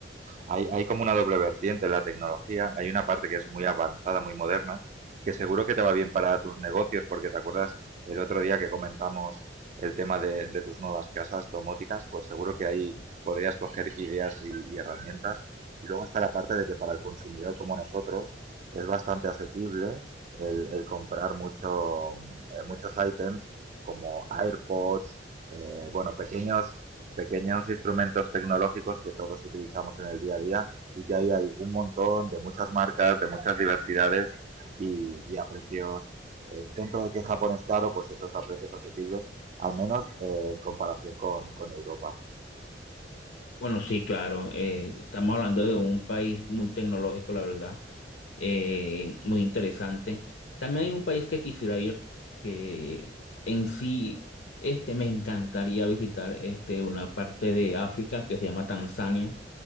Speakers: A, on the right (about 40°); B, on the left (about 75°).
A: hay, hay como una doble vertiente en la tecnología. Hay una parte que es muy avanzada, muy moderna, que seguro que te va bien para tus negocios, porque te acuerdas el otro día que comentamos el tema de, de tus nuevas casas domóticas, pues seguro que ahí podrías coger ideas y, y herramientas. Y luego está la parte de que para el consumidor como nosotros es bastante asequible el, el comprar mucho, eh, muchos ítems como AirPods, eh, bueno, pequeños pequeños instrumentos tecnológicos que todos utilizamos en el día a día y que ahí hay un montón de muchas marcas, de muchas diversidades y, y a precios, eh, dentro de que Japón es caro, pues esos a precios asequibles, al menos eh, en comparación con, con Europa.
B: Bueno, sí, claro, eh, estamos hablando de un país muy tecnológico, la verdad. eh, muy interesante. También hay un país que quisiera ir, que en sí este, me encantaría visitar este, una parte de África que se llama Tanzania.